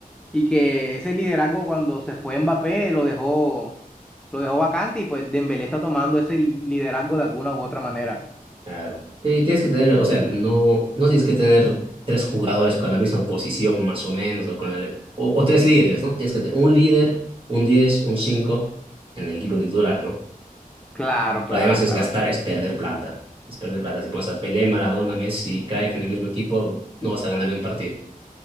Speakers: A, in the centre; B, on the right.
A: y que ese liderazgo cuando se fue Mbappé lo dejó, lo dejó vacante y pues Dembélé está tomando ese liderazgo de alguna u otra manera.
B: claro. Y tienes que tener, o sea, no, no tienes que tener tres jugadores con la misma posición, más o menos, o, con el- o, o tres líderes, ¿no? Tienes que tener un líder, un 10, un 5 en el equipo titular, ¿no?
A: Claro, claro,
B: Lo demás es
A: claro.
B: gastar, es perder plata. Es perder plata. Si pones a Pelé, Maradona, Messi, Cruyff en el mismo equipo, no vas a ganar ni un partido.